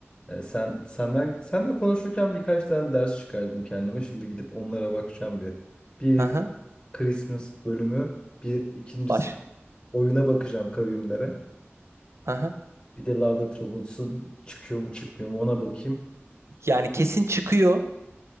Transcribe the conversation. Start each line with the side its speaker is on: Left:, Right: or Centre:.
Left: E, sen senden senle konuşurken birkaç tane ders çıkardım kendime. Şimdi gidip onlara bakacağım bir. Bir
Right: Aha,
Left: Christmas bölümü, bir ikincisi
Right: baş.
Left: oyuna bakacağım kavimlere.
Right: Aha.
Left: Bir de Love Death Robots'un çıkıyor mu çıkmıyor mu ona bakayım.
Right: Yani kesin çıkıyor